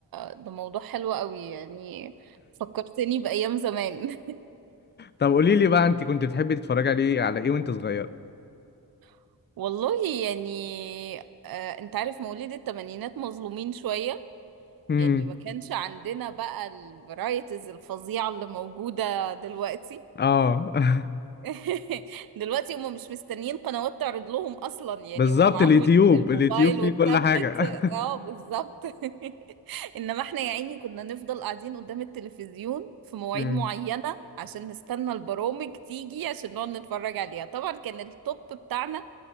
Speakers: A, on the right (about 60°); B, on the left (about 25°).
A: ده موضوع حلو قوي يعني فكرتني بأيام زمان
B: طب قولي لي بقى انت كنت بتحبي تتفرجي عليه على ايه وانت صغير
A: <laughs> والله يعني آه انت عارف مواليد التمانينات مظلومين شوية
B: امم
A: يعني ما كانش عندنا بقى الفرايتيز الفظيعة اللي موجودة دلوقتي
B: اه <laughs>
A: <laughs> دلوقتي هم مش مستنيين قنوات تعرض لهم اصلا يعني
B: بالظبط
A: هم معاهم
B: اليوتيوب
A: الموبايل
B: اليوتيوب فيه
A: والتابلت
B: كل حاجه
A: اه بالظبط <laughs> انما احنا يا عيني كنا نفضل قاعدين قدام التلفزيون في مواعيد
B: <laughs> مم.
A: معينة عشان نستنى البرامج تيجي عشان نقعد نتفرج عليها طبعا كان التوب بتاعنا